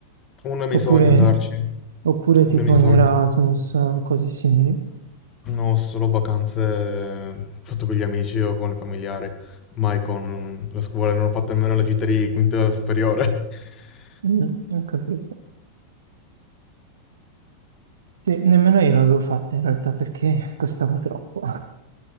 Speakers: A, on the left (about 30°); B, on the right (about 65°).
A: uno dei miei
B: Oppure,
A: sogni è andarci,
B: oppure
A: uno
B: tipo
A: dei miei
B: in
A: sogni.
B: Erasmus, eh, cose simili?
A: No, solo vacanze eh, fatto con gli amici o con i familiari, mai con mm, la scuola, non ho fatto nemmeno la gita di quinta superiore. <laughs>
B: Mm, non capisco. Sì, nemmeno io l'avevo fatta in realtà perché <laughs> costava troppo.